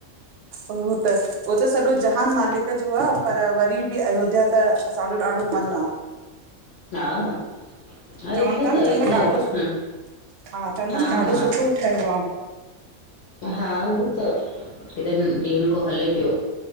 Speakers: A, on the right (about 65°); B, on the left (about 60°).
A: हु त उहो त सॼो जहान मालिक जो आ, पर वरी बि अयोध्या त असांजो ॾाढो मन आ।
B: हा हा अयोध्या
A: चवनि था न
B: त अयोध्या
A: चवनि था
B: आहे।
A: ॾाढो सुठो
B: हम्म,
A: चवनि
B: हा
A: था न ॾाढो
B: हा।
A: सुठो ठहियो आ
B: हा हू त हेॾनि ॾींहनि खों हले पियो।